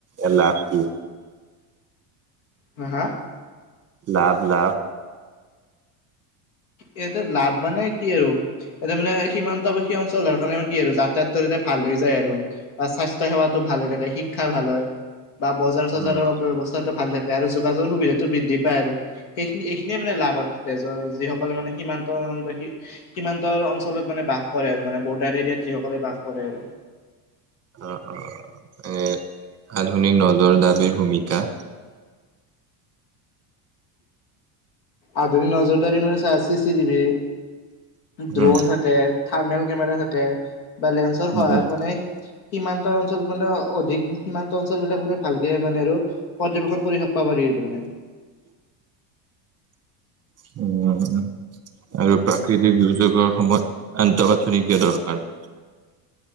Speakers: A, on the right; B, on the left.
A: এলাহ কু,
B: হা হা,
A: লাভ লাভ
B: ইয়াতে লাভ মানে কি আৰু, এতিয়া মানে সীমান্তবাসী অঞ্চল হৰ কাৰণে কি আৰু যাতায়াত এতে ভাল হৈ যায় আৰু, বা স্বাস্থ্য সেৱাতো ভাল হৈ থাকে শিক্ষা ভাল হয়। বা বজাৰ চজাৰৰ
A: উম,
B: ব্যৱস্থাটো ভাল থাকে আৰু যোগাযোগৰ সুবিধাটো বৃদ্ধি পায় আৰু, সেইখিনি এইখিনিয়ে মানে লাভ আৰু তেজৰ যিসকলে মানে সীমান্ত বাখি, সীমান্তৰ অঞ্চলত মানে বাস কৰে আৰু মানে বৰ্ডাৰ এৰিয়াত যিসকলে বাস কৰে আৰু,
A: অ অ <unintelligible> আধুনিক নজৰ দাবীৰ ভূমিকা,
B: আধুনিক নজৰ দাৰি মানে চা চি যিবি, ড্ৰোন
A: উম,
B: থাকে থাৰ্মেল কেমেৰা থাকে বা লেন্ঞ্চৰ সহায়ত
A: উম, উম,
B: মানে, সীমান্ত অঞ্চল মানে অধিক সীমান্ত অঞ্চল বিলাক মানে ভালকে মানে আৰু, পৰ্যবেক্ষণ কৰি থাকিবা পাৰি আৰু মানে,
A: <unintelligible> আৰু প্ৰাকৃতিক দুৰ্যোগৰ সময়ত আন্তঃগাঁথনি কিয় দৰকাৰ?